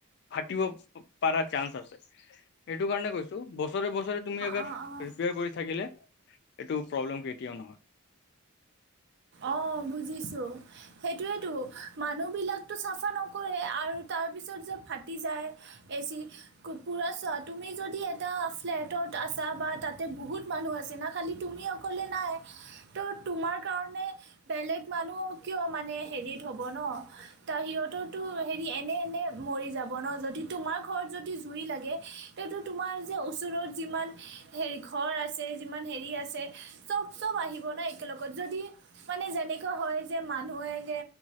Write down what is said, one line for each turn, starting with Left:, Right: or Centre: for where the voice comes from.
Left: ফাটিব পাৰাৰ চান্স আছে। এইটো কাৰণে কৈছো, বছৰে বছৰে তুমি অগৰ
Right: অঁ অঁ অঁ
Left: ৰিপেয়াৰ কৰি থাকিলে। এইটো প্ৰব্লেম কেতিয়াও নহয়।
Right: অ' বুজিছো। সেইটোৱেতো মানুহবিলাকতো চাফা নকৰে আৰু তাৰপিছত যে ফাটি যায়। বেছি কুৰকোৰা সোৱাদ তুমি যদি এটা ফ্লেটত আছা বা তাতে বহুত মানুহ আছে না খালী তুমি অকলে নাই? ত' তোমাৰ কাৰণে বেলেগ মানুহ কিয় মানে হেৰিত হ'ব ন? তাৰ সিহঁততো হেৰি এনে এনে মৰি যাব ন যদি তোমাৰ ঘৰত যদি জুই লাগে এইটো তোমাৰ যে ওচৰত যিমান হেৰি ঘৰ আছে যিমান হেৰি আছে চব চব িব ন একেলগত যদি মানে যেনেকুৱা হয় যে মানুহে যে